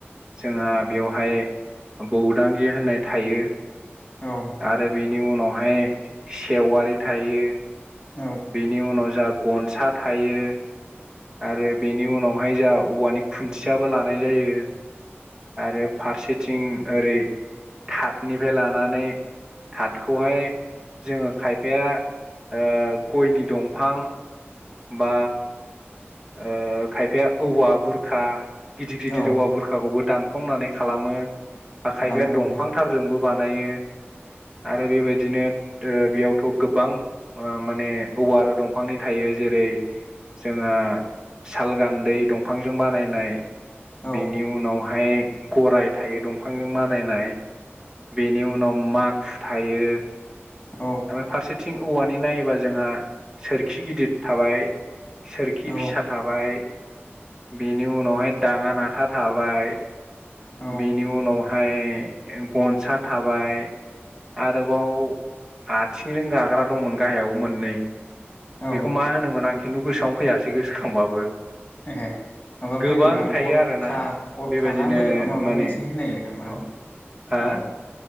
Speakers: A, on the right; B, on the left.
A: जोंहा बेयावहाय बौदांगि होननाय थायो
B: औ
A: आरो बेनि उनावहाय सेवारि थायो
B: औ
A: बेनि उनाव जा गनसा थायो आरो बेनि उनावहाय जाहा औवानि खुन्थियाबो लानाय जायो आरो फारसेथिं ओरै थाथनिफ्राय लानानै थाथखौहाय जोङो खायफाया ओ गयनि दंफां बा ओ खायफाया औवा बुरखा गिदिर गिदिर
B: औ
A: औवा बुरखाखौबो दानफ्लंनानै खालामो बा
B: खालामो
A: खायफाया दंफां
B: औ
A: थारजोंबो बानायो आरो बेबायदिनो ओ बेयावथ गोबां ओ माने औवा आरो दंफांनि थायो जेरै जोंहा साल गान्दै दंफांजों बानायनाय
B: औ
A: बेनि उनावहाय गराय थायो दंफांजों बानायनाय बेनि उनाव माखुथायो
B: औ
A: ओमफ्राय फारसेथिं औवानि नायोबा जोंहा सोरखि गिदिर थाबाय सोरखि
B: औ
A: फिसा थाबाय बेनि उनावहाय दाङा नाथा थाबाय
B: औ
A: बेनि उनावहाय गनसा थाबाय आरोबाव आथिंजों गाग्रा दंमोन गाहायाव मोननै
B: औ
A: बेखौ मा होनोमोन आं खिन्थु गोसोआवनो फैयाासै गोसोखांबाबो
B: <unintelligible> माबा
A: गोबां
B: बोरैबा
A: थायो
B: गरखा
A: आरोना
B: गरखा
A: बेबायदिनो
B: ना बोरैबा माबा
A: माने
B: मोनसे होननायो नामा?
A: औ हा
B: औ